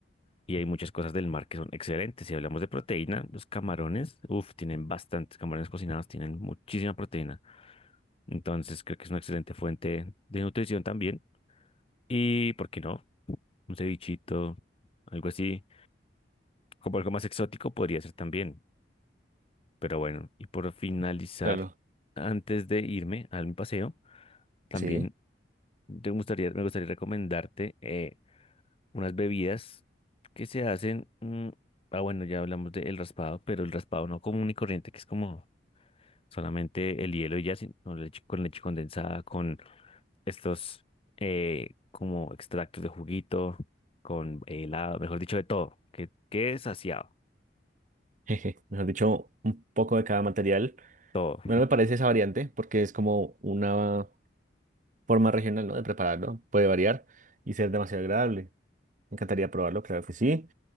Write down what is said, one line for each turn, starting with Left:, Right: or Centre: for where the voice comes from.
Left: y hay muchas cosas del mar que son excelentes. Si hablamos de proteína, los camarones, uff, tienen bastantes camarones cocinados, tienen muchísima proteína. Entonces creo que es una excelente fuente de nutrición también. Y, ¿por qué no? Un cevichito, algo así, como algo más exótico podría ser también. Pero bueno, y por finalizar,
Right: Claro,
Left: antes de irme al paseo, también
Right: sí.
Left: te gustaría, me gustaría recomendarte eh, unas bebidas que se hacen. mm, ah, bueno, ya hablamos del raspado, pero el raspado no común y corriente, que es como solamente el hielo y ya, sino leche, con leche condensada, con estos eh, como extractos de juguito, con helado, mejor dicho, de todo. Que, que es saciado,
Right: Jeje, mejor dicho, un poco de cada material.
Left: todo,
Right: Bueno, me parece esa variante porque es como una forma regional, ¿no? de prepararlo. Puede variar y ser demasiado agradable. Me encantaría probarlo, claro que sí.